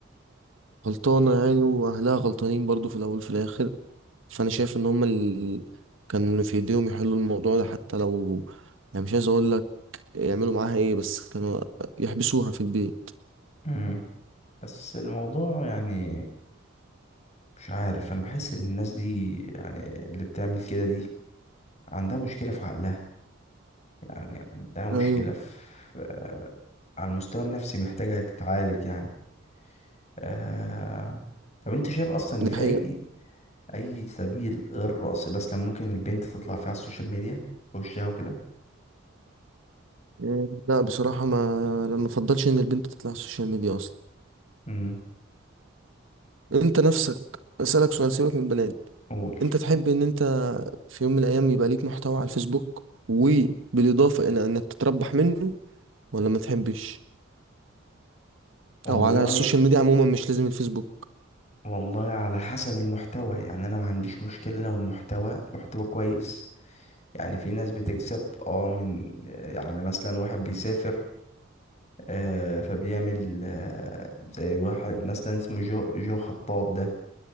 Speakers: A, on the right; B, on the left.
A: غلطانة يعني وأهلها غلطانين برضو في الأول وفي الآخر فأنا شايف إن هما اللي كان في إيديهم يحلوا الموضوع ده حتى لو يعني مش عايز أقول لك يعملوا معاها إيه بس كانوا يحبسوها في البيت
B: امم بس الموضوع يعني مش عارف انا بحس ان الناس دي يعني اللي بتعمل كده دي عندها مشكلة في عقلها يعني عندها مشكلة
A: أيوه
B: في على المستوى النفسي محتاجة تتعالج يعني آه... طب انت شايف اصلا ان
A: دي
B: في
A: حقيقة
B: اي اي سبيل غير الرقص بس لما ممكن البنت تطلع فيه على السوشيال ميديا وشها وكده
A: إيه، لا بصراحة ما لما بفضلش ان البنت تطلع على السوشيال ميديا اصلا
B: امم
A: انت نفسك اسألك سؤال سيبك من البنات
B: قول
A: انت تحب ان انت في يوم من الايام يبقى ليك محتوى على الفيسبوك وبالاضافة الى انك تتربح منه ولا ما تحبش
B: والله
A: او على السوشيال ميديا عموما مش لازم الفيسبوك
B: والله على حسب المحتوى يعني انا ما عنديش مشكلة لو المحتوى محتوى كويس يعني في ناس بتكسب اه من يعني مثلا واحد بيسافر آه، فبيعمل آه، زي واحد مثلا اسمه جو, جو خطاب ده